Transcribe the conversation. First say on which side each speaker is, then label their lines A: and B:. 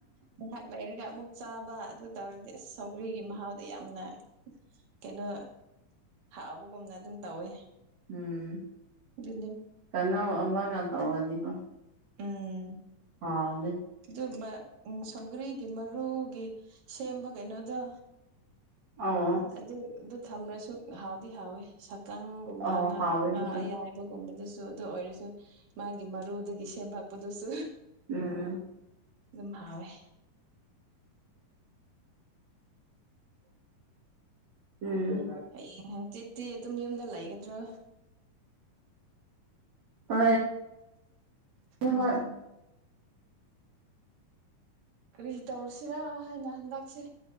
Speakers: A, on the right (about 75°); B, on the right (about 50°).
A: ꯉꯍꯥꯛ ꯂꯩꯔꯒ ꯑꯃꯨꯛ ꯆꯥꯕ ꯑꯗꯨ ꯇꯧꯔꯗꯤ ꯁꯧꯒ꯭ꯔꯤꯒꯤ ꯃꯍꯥꯎꯗ ꯌꯥꯝꯅ ꯀꯩꯅꯣ ꯍꯞꯕꯒꯨꯝꯅ ꯑꯗꯨꯝ ꯇꯧꯋꯦ
B: ꯎꯝ
A: ꯑꯗꯨꯗꯤ
B: ꯀ ꯑꯃꯒ ꯇꯧꯔꯗꯤꯀꯣ
A: ꯎꯝ
B: ꯍ
A: ꯑꯗꯨ ꯎ ꯁꯧꯒ꯭ꯔꯤꯒꯤ ꯃꯔꯨꯒꯤ ꯁꯦꯝꯕ ꯀꯩꯅꯣꯗꯣ
B: ꯑꯣ
A: ꯑꯗꯨ ꯑꯗꯨ ꯊꯝꯃꯁꯨ ꯍꯥꯎꯗꯤ ꯍꯥꯎꯋꯤ ꯁꯛꯀꯪꯒꯨꯝꯕꯥ
B: ꯑꯣ ꯍꯥꯎꯋꯦ ꯑꯗꯨꯁꯨ
A: ꯑꯌꯥꯏ ꯒꯨꯝꯕꯗꯨꯁꯨ ꯑꯗꯨ ꯑꯣꯏꯔꯁꯨ ꯃꯥꯒꯤ ꯃꯔꯨꯗꯒꯤ ꯁꯦꯝꯃꯛꯄꯗꯨꯁꯨ
B: ꯎꯝ
A: ꯑꯗꯨꯝ ꯍꯥꯎꯋꯦ
B: ꯎꯝ
A: ꯍꯌꯦꯡ ꯍꯪꯆꯤꯠꯇꯤ ꯑꯗꯨꯝ ꯌꯨꯝꯗ ꯂꯩꯒꯗ꯭ꯔꯣ
B: ꯒ
A: ꯎꯝ
B: ꯍꯣꯏ
A: ꯀꯔꯤ ꯇꯧꯔꯁꯤꯔꯥ ꯍꯥꯏꯅ ꯍꯟꯗꯛꯁꯦ